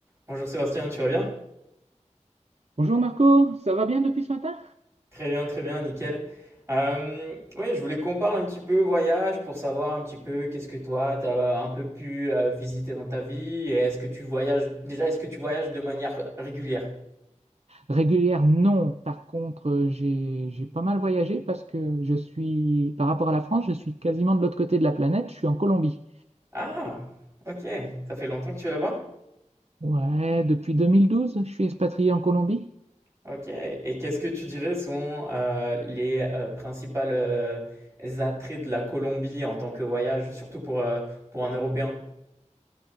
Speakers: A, on the right; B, on the right.
A: Bonjour Sébastien, tu vas bien?
B: Bonjour Marco, ça va bien depuis ce matin?
A: Très bien, très bien, nickel. Euh, oui, je voulais qu'on parle un petit peu voyage pour savoir un petit peu qu'est-ce que toi, tu as un peu pu euh, visiter dans ta vie et est-ce que tu voyages, déjà, est-ce que tu voyages de manière régulière?
B: Régulière, non. Par contre, euh, j'ai j'ai pas mal voyagé parce que je suis, par rapport à la France, je suis quasiment de l'autre côté de la planète, je suis en Colombie.
A: Ah, ok, ça fait longtemps que tu es là-bas?
B: Ouais, depuis 2012, je suis expatrié en Colombie.
A: Ok, et qu'est-ce que tu dirais sont euh, les euh, principales euh, attraits de la Colombie en tant que voyage, surtout pour, euh, pour un Européen?